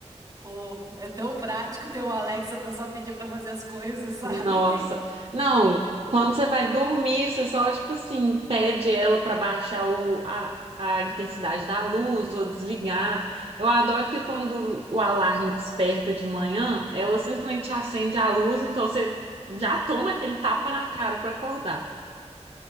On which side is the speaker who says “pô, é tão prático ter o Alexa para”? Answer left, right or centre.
Right